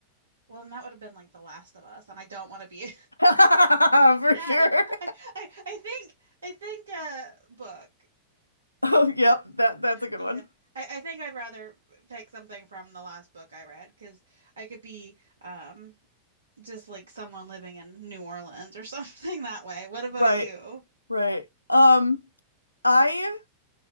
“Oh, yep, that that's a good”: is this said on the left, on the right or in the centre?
Left